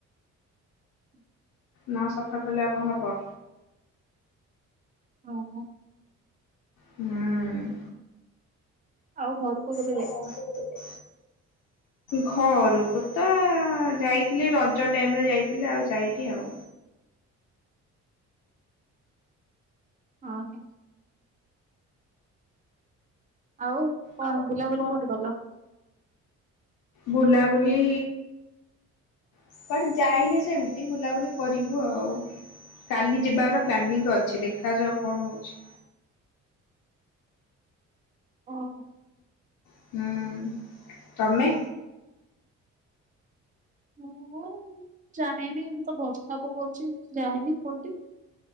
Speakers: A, on the right; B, on the left.
A: <inaudible>
B: ନା ଉ ସଫା କଲେ ଆଉ କଣ ହବ।
A: ହଁ।
B: ହୁଁ।
A: ଆଉ ଘରକୁ କେବେ
B: ଆଉ
A: ଯାଇଥିଲ?
B: ଘରକୁ କେବେ ଗଲେ? ଘରକୁ ତ ଯାଇଥିଲି ରଜ ଟାଇମ ରେ ଯାଇଥିଲି ଆଉ ଯାଇନି ଆଉ।
A: ଅ ହଁ। ଆଉ କଣ
B: ଆଉ
A: ବୁଲାବୁଲି
B: କଣ
A: କୋଉଠି କଲ।
B: ବୁଲାବୁଲି କୁଆଡେ ଯାଇନି ସେମିତି ବୁଲାବୁଲି କରିବୁ ଆଉ। କାଲି ଯିବାର ପ୍ଲାନିଂରେ ଅଛି ଦେଖ ଯାଉ କଣ ହଉଛି।
A: ଓହୋ।
B: ହୁଁ। ତମେ
A: ହଁ ଯାଇନି ଏବେ ତ ବର୍ଷା ପକଉଚି ଯାଇନି କୋଉଠି।